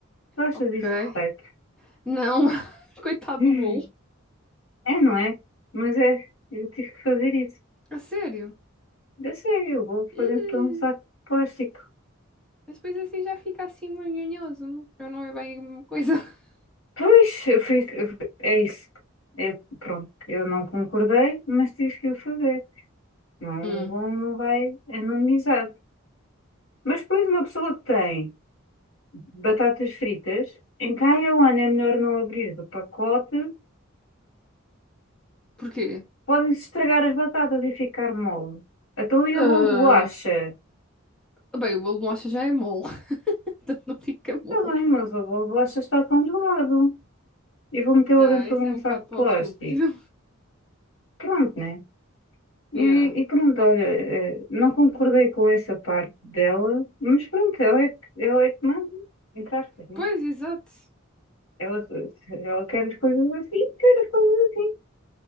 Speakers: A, on the left; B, in the centre.
A: Tu achas
B: ok.
A: isto correto? <laughs>
B: Não, <laughs> coitado
A: Hum,
B: do bolo.
A: É, não é? Mas é, eu tive que fazer isso.
B: A sério?
A: Eu sei, eu vou fazer
B: Ih,
A: para um saco de plástico.
B: Mas depois assim já fica assim manhonhoso, não já não é bem uma coisa. <laughs>
A: Pois, eu fiz, eu- é isso. É, pronto, eu não concordei, mas tive que o fazer. Não,
B: Hum,
A: o bom não vai anonimizado. Mas depois uma pessoa que tem batatas fritas, em quem o ano é melhor não abrir do pacote,
B: porquê?
A: podem-se estragar as batatas e ficar mole. Então e
B: Ah,
A: o bolo de bolacha?
B: bem, o bolo de mocha já é mole, <laughs> portanto não fica
A: Está
B: mole.
A: bem, mas o bolo de bolacha está congelado. e vou metê-lo
B: Yeah,
A: dentro
B: esse
A: de
B: é
A: um
B: um bocado
A: saco de
B: para
A: plástico.
B: o estúpido. <laughs>
A: Pronto, né? E,
B: Yeah.
A: e pronto, olha, eh, não concordei com essa parte dela, mas pronto, ela é, que- ela é que manda, entre aspas, né?
B: Pois, exato.
A: Ela, ela quer as coisas assim, quer as coisas assim.